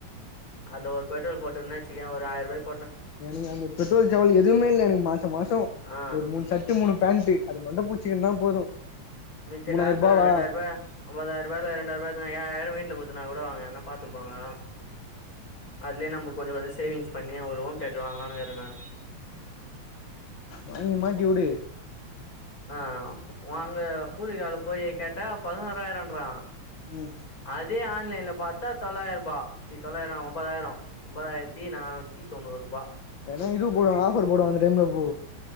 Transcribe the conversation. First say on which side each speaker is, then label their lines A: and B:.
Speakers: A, on the left; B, on the left.
A: அதுல ஒரு பெட்ரோல் போட்டுந்த வச்சுக்கய ஒரு ஆயிரூபாய்
B: எனக்கு அந்த பெட்ரோல் சவல் எதுவுமே இல்ல எனக்கு மாசோ மாசோ
A: ஆ
B: ஒரு மூணு சட் ட்டு மூணு பேண்ட்டு அது மட்டு பூச்சுக்குன்னா போது
A: மிச்ச
B: மூணாயிரூபாவா
A: காசு நா ரெண்டாயிரூபா ஒம்பதாய்ரூபால ரெண்டாயிரூபாசுனா ஏழாயிரோ வீட்ல குத்துனா கூட அவங்க எதனா பாத்துப்பாங்க பா்த்துப்பாங்க அதுலயே நம்ம கொஞ்சோ கொஞ்சோ சேவிங்ஸ் பண்ணி ஒரு ஹோம் தேட்டர் வாங்கலான்க்குற நானு
B: வாங்கி மாட்டி உடு
A: ஆ வாங்க பூர்விகால போய் கேட்டா பதுனோராயிரோண்றா
B: ம்
A: அதே ஆன்லைன்ல பாத்தா தொள்ளாயி ரூபா சி தொள்ளாயிரோ ஒம்பதாயிரோ ஒம்பதாயிரத்தி நானூத் தி தொண்ணூரூபா
B: வேணா இது போடு ஆஃபர் போடுவாங்க அந்த டைம்ல போ